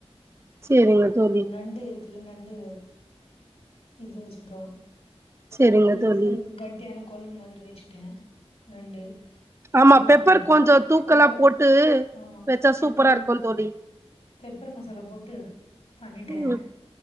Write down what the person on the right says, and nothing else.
சேரிங்க தோழி
சேரிங்க
தோழி
ஆமா பெப்பர்
கொஞ்சோ தூக்கலா
போட்டு
வெச்சா
சூப்பராருக்கு தோழி
ம்